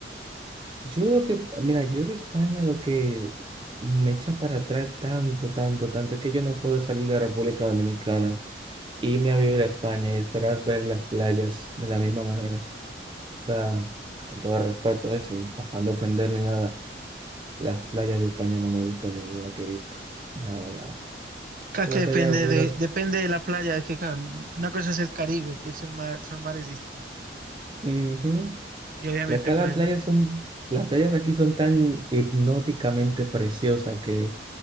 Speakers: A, on the right; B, on the right.
A: Yo lo que, mira, yo de España lo que me echa para atrás tanto, tanto, tanto es que yo no puedo salir de República Dominicana, irme a vivir a España y esperar ver las playas de la misma manera. O sea, con todo respeto, eh, sin afán de ofender ni nada, las playas de España no me gustan ninguna que he visto. Nada, nada.
B: Claro,
A: Que
B: es que
A: las
B: depende
A: playas de República
B: de, depende de la playa, es que claro, una cosa es el Caribe, que son, mar- son mares distintos.
A: Ujú.
B: Y obviamente,
A: La, cada
B: pues
A: playa
B: no,
A: son, las playas aquí son tan hipnóticamente preciosas que